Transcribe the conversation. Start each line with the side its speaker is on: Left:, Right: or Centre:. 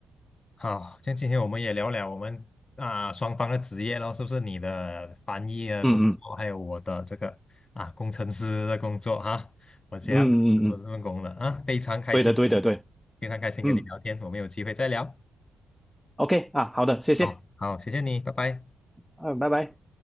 Left: 好，像今天我们也聊聊我们啊、双方的职业咯，是不是你的翻译的工作，
Centre: 嗯嗯
Left: 还有我的这个啊工程师的工作哈、我这样开始做这份工了啊，
Centre: 嗯嗯嗯，嗯
Left: 非常开心，
Centre: 对的对的对，
Left: 非常开心跟你聊天，
Centre: 嗯
Left: 我们有机会再聊。
Centre: ，OK 啊，好的，谢谢，
Left: 好，好，谢谢你，拜拜。
Centre: 嗯，拜拜。